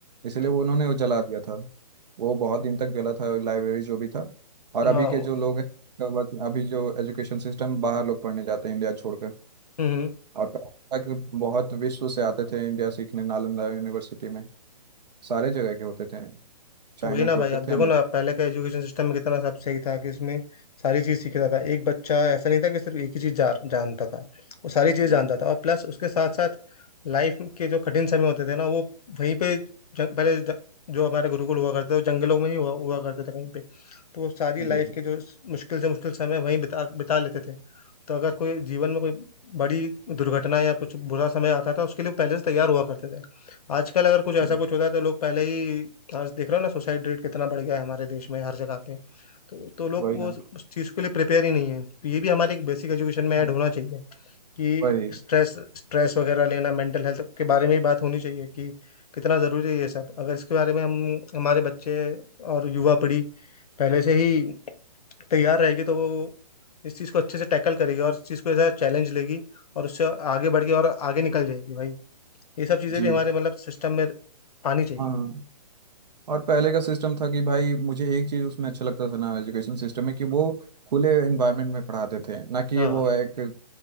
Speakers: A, on the right; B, on the left.
A: इसलिए
B: तो
A: वो उन्होंने वो जला दिया था वो बहुत दिन तक जला था लाइब्रेरी जो भी था और
B: हाँ
A: अभी
B: वो-
A: के जो लोग हैं वह- अभी जो एजुकेशन सिस्टम बाहर लोग पढ़ने जाते हैं इंडिया छोड़कर
B: हम्म हम्म।
A: और तक बहुत विश्व से आते थे इंडिया सीखने नालंदा यूनिवर्सिटी में सारे जगह के होते थे चाइना
B: तो वही ना
A: के
B: भाई
A: होते
B: आप देखो
A: थे अमेरिका
B: ना पहले का एजुकेशन सिस्टम में कितना सब सही था कि उसमें सारी चीज़ सीखता था एक बच्चा ऐसा नहीं था कि सिर्फ एक ही चीज़ जा, जानता था वो सारी चीज़
A: के,
B: जानता था और प्लस उसके साथ साथ लाइफ के जो कठिन समय होते थे ना वो वहीं पे जंग, पहले ज, जो हमारे गुरुकुल हुआ करते थे वो जंगलों में ही हुआ, हुआ करते थे कहीं पे तो वो सारी लाइफ
A: जी,
B: के जो स- मुश्किल से मुश्किल समय वहीं बिता बिता लेते थे तो अगर कोई जीवन में कोई बड़ी दुर्घटना या कुछ बुरा समय आता था उसके लिए वो पहले से तैयार हुआ करते थे आजकल अगर कुछ ऐसा
A: जी,
B: कुछ होता है तो लोग पहले ही आज देख रहे हो ना सुसाइड रेट कितना बढ़ गया है हमारे देश में हर जगह पे तो तो लोग
A: वही
B: वो
A: ना
B: उस उस चीज़ के लिए प्रिपेयर ही नहीं है तो ये भी हमारे एक बेसिक एजुकेशन में ऐड
A: हाँ,
B: होना चाहिए कि
A: वही
B: स्ट्रेस स्ट्रेस वगैरह लेना मेंटल हेल्थ के बारे में ही बात होनी चाहिए कि कितना ज़रूरी है ये सब अगर इसके बारे में हम हमारे बच्चे और युवा पीढ़ी पहले से ही तैयार रहेगी तो वो इस चीज़ को अच्छे से टैकल करेगी और इस चीज़ को ऐसा चैलेंज लेगी और उससे आगे बढ़ के और आगे निकल जाएगी भाई ये सब चीज़ें
A: जी
B: भी हमारे मतलब सिस्टम में आनी चाहिए
A: हाँ और पहले का सिस्टम था कि भाई मुझे एक चीज उसमें अच्छा लगता था ना एजुकेशन सिस्टम में कि वो खुले एनवायरनमेंट में पढ़ाते थे ना कि
B: हाँ
A: वो एक